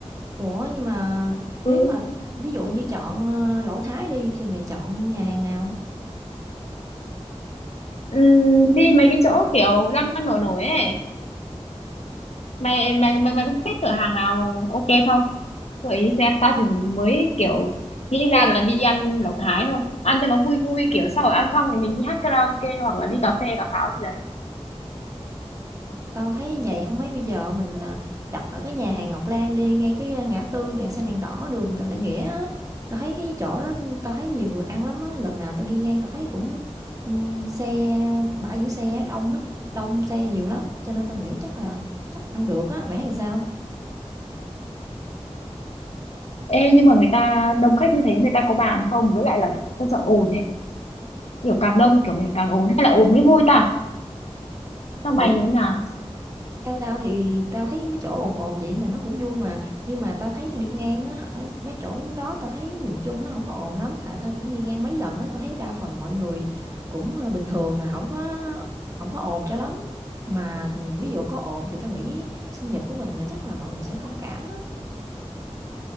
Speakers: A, on the right; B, on the left.
A: Ủa nhưng mà nếu
B: Ừ.
A: mà ví dụ như chọn ờ, lẩu Thái đi thì mày chọn nhà hàng nào?
B: Ừm, đi mấy cái chỗ kiểu đang đang nổi nổi ấy mày mày mày mày có biết cửa hàng nào ok không gợi ý xem tao thì mới kiểu nghĩ ra là đi ăn lẩu Thái thôi ăn cho nó vui vui kiểu sau rồi ăn xong thì mình đi hát karaoke hoặc là đi cà phê cà pháo gì đấy
A: Tao thấy như vậy không mấy bây giờ mình ờ, đặt ở cái nhà hàng Ngọc Lan đi, ngay cái ờ, ngã tư đèn xanh đèn đỏ đường Trần Đại Nghĩa á. Tao thấy cái chỗ đó tao thấy nhiều người ăn lắm á, lần nào tao đi ngang tao thấy cũng ừ, xe bãi giữ xe đông hết, đông xe nhiều lắm, cho nên tao nghĩ chắc là chắc ăn được á, mày thấy làm sao?
B: Ê nhưng mà người ta đông khách như thế người ta có bàn không với lại là tao sợ ồn ấy kiểu càng đông kiểu mình càng ồn hay là ồn mới vui ta Sau
A: Tao
B: mày
A: nghĩ
B: thế nào?
A: theo tao thì tao thấy mấy chỗ ồn ồn vậy mà nó cũng vui mà, nhưng mà tao thấy đi ngang á hả, mấy chỗ đó tao thấy nhìn chung nó không có ồn lắm, tại tao cũng đi ngang mấy lần á, tao thấy đa phần mọi người cũng, ơ, bình thường à, không có không có ồn cho lắm. Mà, ví dụ có ồn thì tao nghĩ sinh nhật của mình mà chắc là mọi người sẽ thông cảm á.